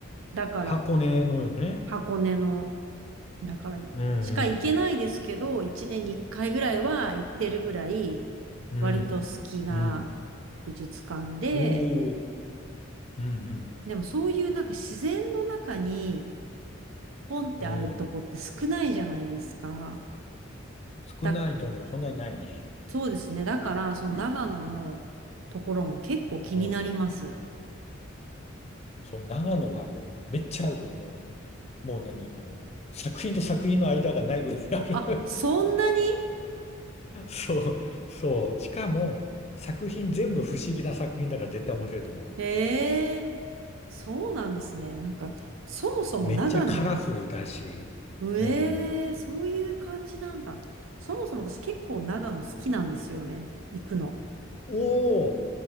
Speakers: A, on the right; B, on the left.
A: だから
B: 箱根のよね。
A: 箱根のだから、
B: うんうん。
A: しか行けないですけど、一年に一回ぐらいは行ってるぐらい、
B: うん。
A: 割と好きな
B: うん。
A: 美術館で、
B: おー。うん
A: でもそういうなんか自然の中にポンってあるとこって少ないじゃないですか。
B: うん。うん。少ないともそんなにないね。
A: だ、そうですね。だから、その長野のところも結構気になります。
B: うん。そう、長野はもうめっちゃあるから、もう、もう何、もう、作品と作品の間がないぐらいある。
A: あ、そんなに
B: <laughs> そう、そう。しかも、作品全部不思議な作品だから絶対面白いと思
A: ええーそうなんですね。なんか、そもそも長野、
B: う。めっちゃカラフルだし、
A: ええそういう感じなんだ。
B: うん。
A: そもそも私結構長野好きなんですよね。行くの。
B: おお、